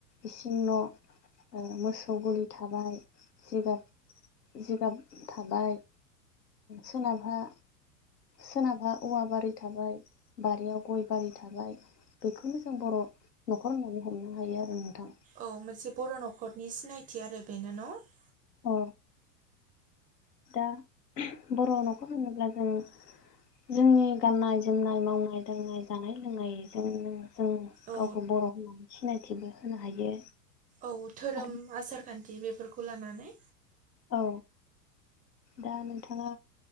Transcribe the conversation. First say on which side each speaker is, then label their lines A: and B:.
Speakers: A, on the left; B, on the right.
A: इसिं न' मोसौ गलि थाबाय जिगाब -जिगाब थाबाय सोनाबहा सोनाबहा औवा बारि थाबाय बारियाव गय बारि थाबाय बेखौनो जों बर' न'खर होननानै हमनो हायो आरो नोंथां।
B: औ मोनसे बर' न'खरनि सिनायथि आरो बेनो न'?
A: औ दा बर' न'खर होनोब्ला जों जोंनि गाननाय -जोमनाय, मावनाय -दांनाय, जानाय- लोंनायजों जों गावखौबो
B: औ
A: बर' होननानै सिनायथिबो होनो हायो।
B: औ धोरोम
A: आरो
B: आसार - खान्थि बेफोरखौ लानानै
A: औ दा नोंथाङा